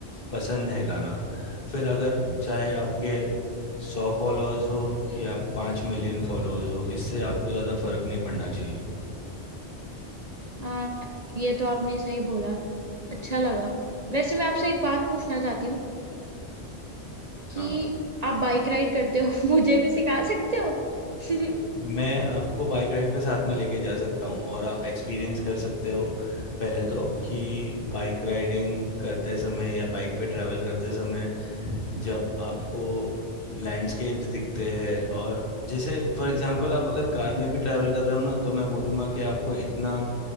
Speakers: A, on the left (about 50°); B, on the right (about 40°).
A: पसंद है गाना फिर अगर चाहे आपके सौ फॉलोअर्स हो या पाँच मिलियन फॉलोअर्स हो इससे आपको ज़्यादा फर्क नहीं पड़ना चाहिए
B: आ, ये तो आपने सही बोला अच्छा लगा वैसे मैं आपसे एक बात पूछना चाहती हूँ कि
A: हाँ
B: आप बाइक राइड करते हो <laughs> मुझे भी सिखा सकते हो <laughs>
A: मैं आपको बाइक राइड पे साथ में लेके जा सकता हूँ और आप एक्सपीरियंस कर सकते हो पहले तो कि बाइक राइडिंग करते समय या बाइक पे ट्रैवल करते समय जब आपको लैंडस्केप्स दिखते हैं और जैसे फॉर एग्जांपल आप अगर कार में भी ट्रैवल कर रहे हो ना तो मैं बोलूँगा कि आपको इतना